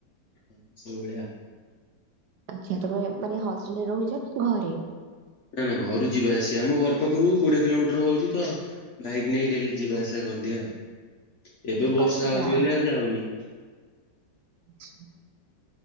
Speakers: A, on the left; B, on the right.
A: ହୁଁ ସେଇଭଳିଆ ଆଉ।
B: ଆଚ୍ଛା, ତମେ ମାନେ ହଷ୍ଟେଲରେ ରହୁଛ ନା ଘରେ?
A: ନା ନା ଘରୁ ଯିବା ଆସିବା। ଆମ ଘର ପାଖରୁ କୋଡିଏ କିଲୋମିଟର ହଉଛି ତ ବାଇକ ନେଇ ଡେଲି ଯିବା ଆସିବା କରିଦିଏ ଆଉ।
B: ଡେଲି
A: ଏବେ ବର୍ଷା
B: କଲେଜ ଯାଅ
A: ହଉଛି ବୋଲି ଆଉ ଯାଉନି।
B: ଆଚ୍ଛା।